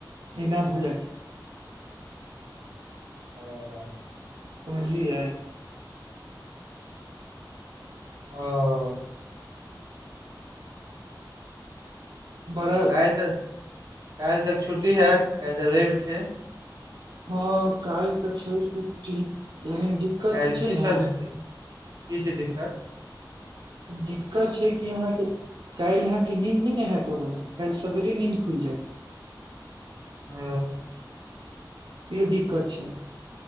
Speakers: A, on the right; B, on the right.
A: इनाम हो जाइत छै <unintelligible>
B: ह <inaudible>
A: समझलीयै
B: हाँ
A: बड़ा
B: काल्हि तऽ काल्हि तक छुट्टी हेयत काल्हि तऽ रवि छैये
A: हँ काइल तऽ छै छुट्टी लेकिन दिक्कत
B: तऽ काल्हि
A: ई छै
B: की
A: ने
B: सब हेतै की छै दिक्कत
A: दिक्कत छै कि अहाँ के काल्हि अहाँ के नीन्द नहि ने हेयत ओ काल्हि सबेरे नींद खुलि जायत
B: ओ
A: ये दिक्कत छै